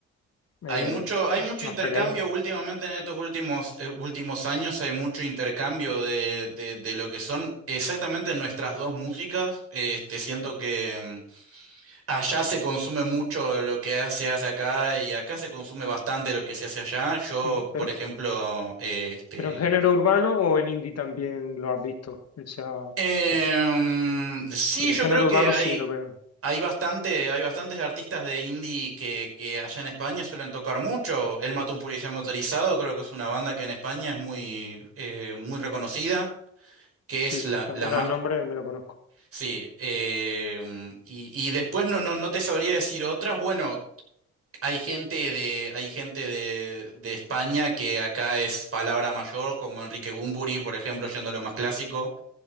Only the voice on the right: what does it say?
Hay mucho, hay mucho
intercambio
últimamente en estos últimos, eh, últimos años, hay mucho intercambio de, de, de lo que son exactamente nuestras dos músicas. Este, siento que mm, allá se consume mucho lo que se hace acá y acá se consume bastante lo que se hace allá. Yo,
por ejemplo, eh, este,
em,
sí,
yo
creo que
hay.
Hay bastante, hay bastantes artistas de indie que, que allá en España suelen tocar mucho. Él mató a un policía motorizado, creo que es una banda que en España es muy, eh, muy reconocida, que
es la,
la
más...
Sí, eh, um, y, y después no, no, no te sabría decir otras. Bueno, hay gente de, hay gente de, de España que acá es palabra mayor, como Enrique Bunbury, por ejemplo, yendo a lo más clásico.